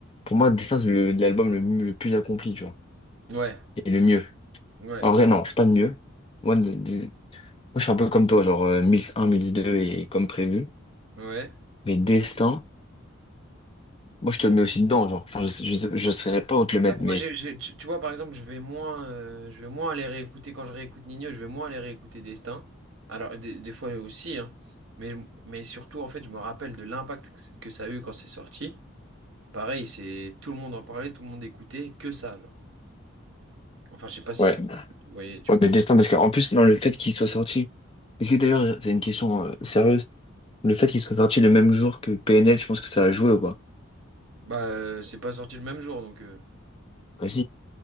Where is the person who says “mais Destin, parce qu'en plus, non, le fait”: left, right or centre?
Left